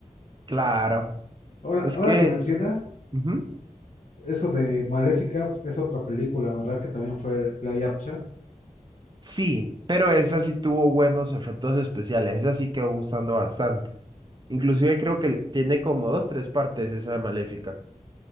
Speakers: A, on the right (about 30°); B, on the left (about 60°).
A: Claro.
B: Ahora,
A: Es
B: ahora
A: que,
B: que mencionas,
A: ujú,
B: eso de Maléfica es otra película, ¿verdad? Que también fue la Yapcha.
A: Sí, pero esa sí tuvo buenos efectos especiales. Esa sí quedó gustando bastante. Inclusive creo que le- tiene como dos, tres partes esa de Maléfica.